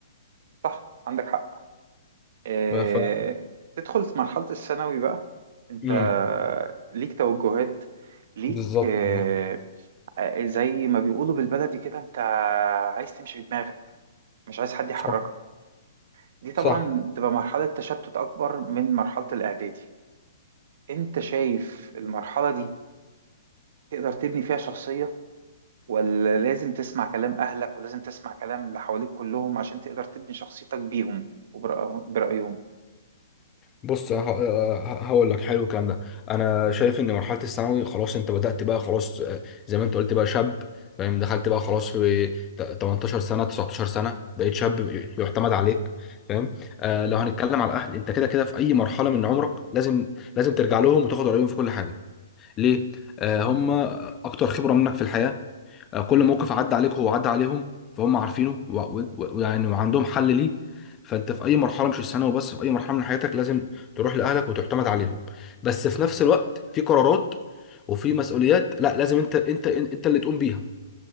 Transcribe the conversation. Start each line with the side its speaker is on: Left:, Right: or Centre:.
Right: صح عندك حق آه،
Left: ف...
Right: تدخل في مرحلة الثانوي بقى انت
Left: مم.
Right: ليك توجهات ليك
Left: بالظبط
Right: آه،
Left: تمام.
Right: آه، زي ما بيقولوا بالبلدي كده انت عايز تمشي بدماغك مش عايز حد يحركك
Left: صح
Right: دي طبعا
Left: صح
Right: تبقى مرحلة تشتت أكبر من مرحلة الإعدادي انت شايف المرحلة دي تقدر تبني فيها شخصية ولا لازم تسمع كلام أهلك ولازم تسمع كلام اللي حواليك كلهم عشان تقدر تبني شخصيتك بيهم وبرأيهم
Left: بص ه- آه، ه- هقول لك حلو الكلام ده انا شايف ان مرحله الثانوي خلاص انت بدات بقى خلاص آه، زي ما انت قلت بقى شاب فاهم دخلت بقى خلاص في ت- 18 سنه 19 سنه بقيت شاب ي- يعتمد عليك فاهم آه لو هنتكلم على الاهل انت كده كده في اي مرحله من عمرك لازم لازم ترجع لهم وتاخد رايهم في كل حاجه ليه آه هم اكتر خبره منك في الحياه آه، كل موقف عدى عليك هو عدى عليهم فهم عارفينه و- و- و- ويعني وعندهم حل ليه فانت في اي مرحله مش الثانوي وبس في اي مرحله من حياتك لازم تروح لاهلك وتعتمد عليهم بس في نفس الوقت في قرارات وفي مسؤوليات لا لازم انت انت انت اللي تقوم بيها